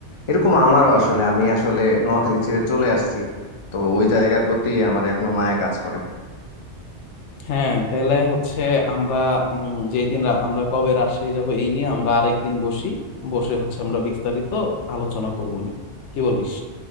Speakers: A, on the left (about 45°); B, on the left (about 75°).
A: এরকম আমারও আসলে আমি আসলে নোয়াখালী ছেড়ে চলে আসছি তো ওই জায়গার প্রতি আমার এখনো মায়া কাজ করে
B: হ্যাঁ তাহলে হচ্ছে আমরা উম, যেই দিন রা- আমরা কবে রাজশাহী যাব এই নিয়ে আমরা আরেকদিন বসি বসে হচ্ছে আমরা বিস্তারিত আলোচনা করবো নি কি বলিস